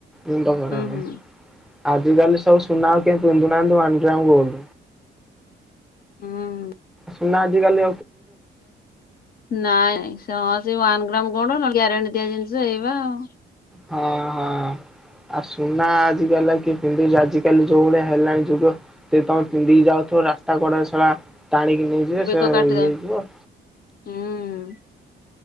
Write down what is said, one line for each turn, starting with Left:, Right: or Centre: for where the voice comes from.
Centre: ମୁଣ୍ଡ ଖରାପେ।
Left: ହୁଁ ହୁଁ
Centre: ଆଜିକାଲି ସବୁ ସୁନା ଆଉ କେ ପିନ୍ଧୁନାହାନ୍ତି ୱାନ ଗ୍ରାମ ଗୋଲଡ଼
Left: ହଁ ହୁଁ
Centre: ସୁନା ଆଜିିକାଲି
Left: ନାଇଁ ସେ ୱାନ ଗ୍ରାମ ଗୋଡ ନହେଲେ ଗ୍ୟାରେଣ୍ଟି ଦିଆ ଜିନିଷ ଏଇବା ଆଉ
Centre: ହଁ ହଁ। ଆଉ ସୁନା ଆଜିକାଲି ଆଉ କିଏ ପିନ୍ଧୁଚି ଆଜିକାଲି ଯୋଉ ଭଳିଆ ହେଲାଣି ଯୁଗ ସେ ତମେ ପିନ୍ଧିକି ଯାଉ ସବୁ ରାସ୍ତା କଡରେ ଶଳା। ଟାଣିକି ନେଇଯିବେ
Left: ବେକ
Centre: ସେ
Left: କାଟିଦବ
Centre: ଇଏ ହେଇଯିବ
Left: ହୁଁ